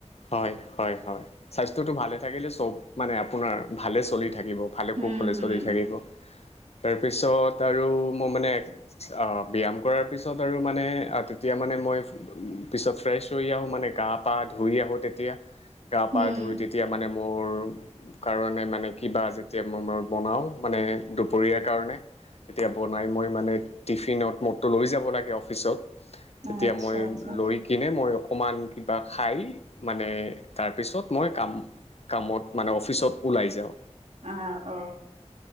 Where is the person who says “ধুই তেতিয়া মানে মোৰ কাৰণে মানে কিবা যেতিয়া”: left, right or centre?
Left